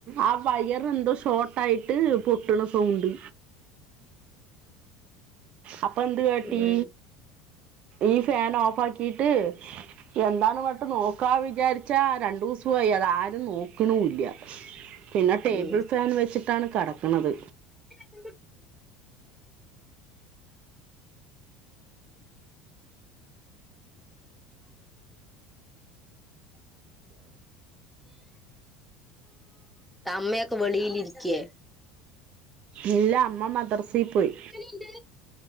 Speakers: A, on the right; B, in the centre.
A: ആ വയർ എന്തോ ഷോർട്ട് ആയിട്ട് പൊട്ടണ സൗണ്ട് അപ്പോ എന്ത് കാട്ടി
B: ഉം
A: ഈ ഫാൻ ഓഫ് ആക്കിട്ട് എന്താണ് വട്ട് നോക്കാ വിചാരി ച്ചാ രണ്ടുസായി അത് ആരും നോകുണുല്ല പിന്നെ ടേബിൾ
B: ഉം
A: ഫാൻ വെച്ചിട്ടാണ് കടക്കുണത്
B: <unintelligible> <unintelligible> <unintelligible> <unintelligible> അമ്മയൊക്കെ വെളിയിൽ ഇരിക്കേ
A: ഇല്ല അമ്മ മദർസി പോയി
B: എന്ത്